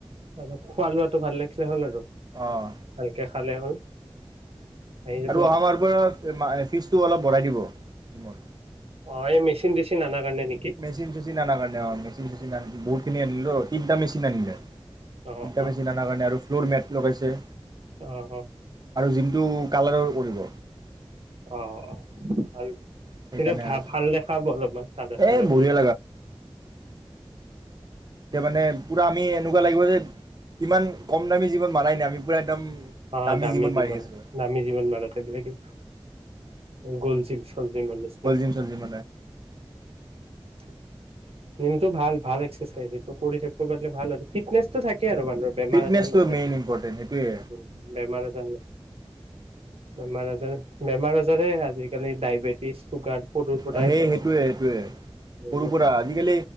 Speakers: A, on the right; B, on the right.
A: আৰু খোৱা লোৱাটো ভাল ৰাখিলে হ'ল আৰু।
B: অঁ
A: ভালকে খালে হ'ল। আহি যাব
B: আৰু অহা মাহৰ পৰা। ফিজটো অলপ বঢ়াই দিব জিমৰ।
A: অ'এই মেচিন টেচিন আনাৰ কাৰণে। নেকি
B: মেচিন চেচিন আনাৰ কাৰনে। অ মেচিন চেচিন আন বহুত খিনি আনিলো। তিনিটা মেচিন আনিলে। তিনিটা
A: অ অ অ
B: মেচিন আনাৰ কাৰনে আৰু। ফ্ল'ৰ মেট লগাইছে।
A: অ'
B: জিমটো কালাৰ কৰিব।
A: অ, অ' ভাল।
B: সেইকাৰণে
A: তেতিয়া ভা
B: আৰু
A: ভাল দেখা হব অলপমান কালাত
B: এই
A: চালাৰ
B: বঢ়িয়া
A: কৰিলে। <inaudible>
B: তিয়া মানে পুৰা আমি এনেকুৱা লাগিব যে ইমান কম দামী জীৱন মাৰাইনা আমি পুৰা একদম
A: অ' দামী
B: জীৱন
A: জীমত,
B: মাৰি আছোঁ
A: দামী জীমত মাৰাতে ব্লেগে। গলজিম চলজিমৰ নিচনা।
B: গ'ল জিম চল জিম
A: <inaudible> ৰিমটো ভাল ভাল এক্সেচাইজ এইটো কৰি থাকব পাৰল ভাল আৰু ফিটনেছটো থাক কি আৰু বান্দৰ বেমাৰ
B: ফিটনেছটো
A: আজাৰ নহয়।
B: মেইন ইম্পৰ্টেণ্ট সেইটোৱে
A: উম বেমাৰ আজাৰ নয়, বেমাৰ আজাৰ। বেমাৰ আজাৰে আজিকালি ডায়বেটিছ চুগাৰ সৰুৰ পৰাই
B: অ সেই
A: হয়
B: সেইটোয়ে সেইটোয়ে
A: বহুত
B: সৰুপৰা আজিকালি